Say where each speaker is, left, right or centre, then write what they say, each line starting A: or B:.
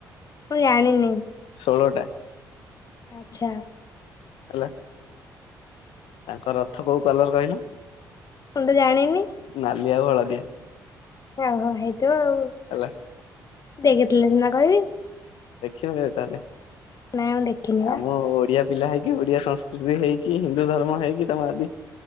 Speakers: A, on the left; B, on the left.
A: ମୁଁ ଜାଣିନି।
B: ଷୋଳଟା।
A: ଆଛା।
B: ହେଲା। ତାଙ୍କ ରଥ କୋଉ କଲର କହିଲ?
A: ମୁ ତ ଜାଣିନି।
B: ନାଲି ଆଉ ହଳଦିଆ।
A: ହଉ ହଉ ହେଇଥିବ ଆଉ।
B: ହେଲା।
A: ଦେଖିଥିଲେ ସିନା କହିବି।
B: ଦେଖିନୁ କେବେ ତାହେଲେ
A: ନାଇଁ ମୁଁ ଦେଖିନି ବା
B: ଆମ ଓଡିଆ ପିଲା ହେଇକି ଓଡିଆ ସଂସ୍କୃତି ହେଇକି ହିନ୍ଦୁ ଧର୍ମ ହେଇକି ତମ ଆଦି